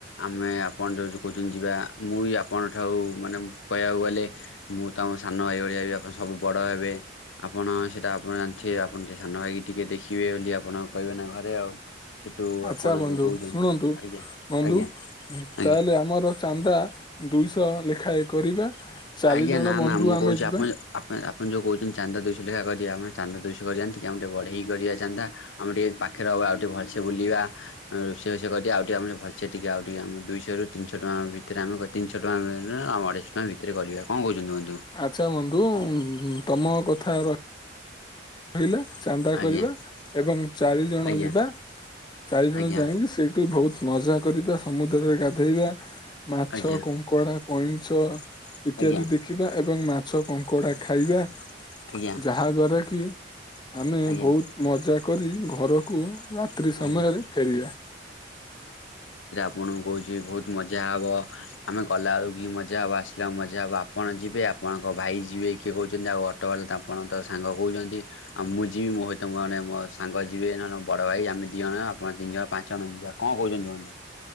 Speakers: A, on the left; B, on the left.
A: ଆମେ ଆପଣ ଯୋଉ ଯୋଉ କହୁଛନ୍ତି ଯିବା ମୁଁ ବି ଆପଣଙ୍କ ଠା ଆଉ ମାନେ କହିବାକୁ ଗଲେ ମୁଁ ତମ ସାନ ଭାଇ ଭଳିଆ ହେବି ଆପଣ ସବୁ ବଡ଼ ହେବେ ଆପଣ। ହଁ ସେଇଟା ଆପଣ ଜାଣିଥିବେ ଆପଣ ସେ ସାନ ଭାଇ କି ଟିକେ ଦେଖିବେ ବୋଲି ଆପଣ କହିବେ ନା ଘରେ ଆଉ। ସେଠୁ
B: ଆଚ୍ଛା
A: ଆପଣ
B: ବନ୍ଧୁ
A: ଯୋଉ କହୁଛନ୍ତି
B: ଶୁଣନ୍ତୁ
A: ଆଜ୍ଞା
B: ବନ୍ଧୁ
A: ଆଜ୍ଞା
B: ଉଁ
A: ଆଜ୍ଞା
B: ତାହେଲେ ଆମର ଚାନ୍ଦା। ଦୁଇଶହ ଲେଖାଏ କରିବା। ଚାରି
A: ଆଜ୍ଞା
B: ଜଣ
A: ନା
B: ବନ୍ଧୁ
A: ନା ମୁଁ
B: ଆମେ
A: କହୁଛି
B: ଯିବା
A: ଆପଣ ଜ ଆପଣ ଯୋଉ କହୁ ଚାନ୍ଦା ଦୁଇ ଶହ ଲେଖା କରିବା ଆପଣ ଚାନ୍ଦା ଦୁଇଶହ କରିବା ଏମିତି କି ଆମର ଟିକେ ବଢ଼େଇଲି କରିବା ଚାନ୍ଦା ଆମର ଟିକେ ପାଖରେ ହବ ଆଉ ଟିକେ ବ ଭଲସେ ବୁଲିବା ଅଁ ରୋଷେଇ ଫୋଷେଇ କରିବା ଆଉ ଟିକେ ଆ ମାନେ ଭଲସେ ଟିକେ ଆଉ ଟିକେ ଆମ ଦୁଇଶହରୁ ତିନିଶହ ଟଙ୍କା ଭିତରେ ଆମ ତିନିଶହ ଟଙ୍କା ନୁହେଁ ଅଢେଇଶହ ଟଙ୍କା ଭିତରେ କରିବା କଣ କହୁଛନ୍ତି ବ
B: ଆଚ୍ଛା ବନ୍ଧୁ ତମ କଥା ର ରହିଲା ଚାନ୍ଦା କରିବା
A: ଆଜ୍ଞା
B: ଏବଂ ଚାରି ଜଣ
A: ଆଜ୍ଞା
B: ଯିବା। ଚାରି ଜଣ
A: ଆଜ୍ଞା
B: ଯାଇକି ସେଇଠୁ ବହୁତ। ମଜା କରିବା ସମୁଦ୍ରରେ ଗାଧେଇବା ମାଛ
A: ଆଜ୍ଞା
B: କଙ୍କଡ଼ା କଇଁଛ। ଇତ୍ୟାଦି
A: ଆଜ୍ଞା
B: ଦେଖିବା ଏବଂ ମାଛ କଙ୍କଡା ଖାଇବା
A: ଆଜ୍ଞା
B: ଯାହା ଦ୍ଵାରା କି। ଆମେ
A: ଆଜ୍ଞା
B: ବହୁତ ମଜା କରି ଘରକୁ। ରାତ୍ରି ସମୟରେ
A: ଆଜ୍ଞା
B: ଫେରିବା।
A: ଆପଣ ଙ୍କୁ କହୁଛି ବହୁତ ମଜା ହେବ ଆମେ ଗଲାବେଳୁ କି ମଜା ହେବ ଆସିଲା ମଜା ହେବ ଆପଣ ଯିବେ ଆ ଆପଣଙ୍କ ଭାଇ ଯିବେ କିଏ କହୁଛନ୍ତି ଆଉ ଅଟୋବାଲା ତ ଆପଣ ତ ସାଙ୍ଗ କହୁଛନ୍ତି ଆଉ ମୁଁ ଯିବି ମୋ ସହିତ ମୋର ମୋ ସାଙ୍ଗ ଯିବେ ନହେନେ ମୋ ବଡ ଭାଇ ଆମେ ଦି ଜଣ ଆପଣ ତିନି ଜଣ ପାଞ୍ଚ ଜଣ ଯିବା କଣ କହୁଛନ୍ତି ବନ୍ଧୁ।